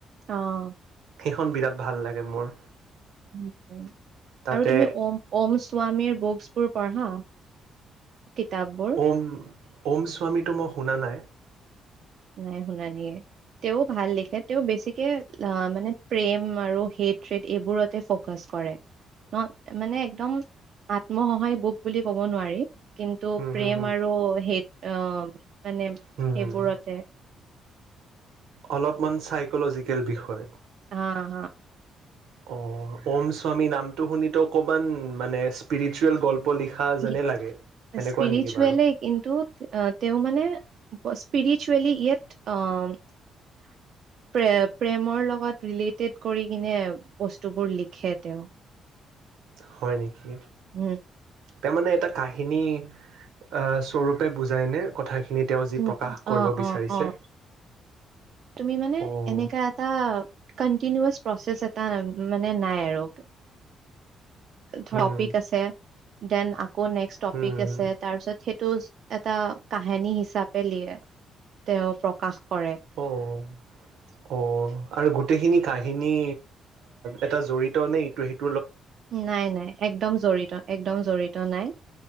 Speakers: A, on the right; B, on the right.
A: আহ
B: সেইখন বিৰাট ভাল লাগে মোৰ।
A: উম, উম।
B: তাতে
A: আৰু তুমি ওম, ওম স্বামীৰ বুকছ বোৰ পঢ়া কিতাপবোৰ
B: ওম ওম স্বামীটো মই শুনা নাই।
A: নাই শুনা নিয়ে তেও ভাল লিখে তেওঁ বেছিকে আহ মানে প্ৰেম আৰু হেইত এইবোৰতে ফকাচ কৰে। ন মানে একদম আত্মসহায় বুক বুলি ক'ব নোৱাৰি। কিন্তু
B: হুম হুম
A: প্ৰেম আৰু হেই অ' মানে
B: হুম
A: সেইবোৰত।
B: হুম অলপমান চাইকলজিকেল বিষয়ত।
A: হা হা
B: অ' ওম স্বামী নাম। শুনিটো অকনমান মানে ইচপেৰচিয়েল গল্প। লিখা যেনে
A: ইচপিৰিচুৱলে
B: লাগে। সেনেকুৱা নেকি বাৰু?
A: কিন্তু তেওঁ মানে স্পিৰিচুৱেলি ইয়াত প্ৰে প্ৰেমৰ লগত ৰিলেটেড কৰি কিনে বস্তুবোৰ লিখে তেওঁ।
B: হয় নেকি?
A: উম
B: তাৰমানে এটা কাহিনী আহ স্বৰূপে বুজাই নে কথাখিনি। তেওঁ যি
A: উম,
B: প্ৰকাশ কৰিব
A: অ'
B: বিচাৰিছে?
A: অ' অ'। তুমি মানে
B: অ'
A: এনে এটা কন্তিনো প্ৰচেষ্ট আছে। তা মানে নাই আৰু টপিক
B: হুম
A: আছে, দেন আকৌ নেক্স টপিক
B: হুম
A: আছে, তাৰপিছত সেই তটো এটা কাহিনী হিচাপে লিয়ে তেওঁ প্ৰকাশ। কৰে
B: অ' অ' আৰু গোট গোটেইখিনি কাহিনী এটা জৰিত নে ইটো সিটো
A: নাই নাই একদম জড়িত, একদম জড়িত নাই।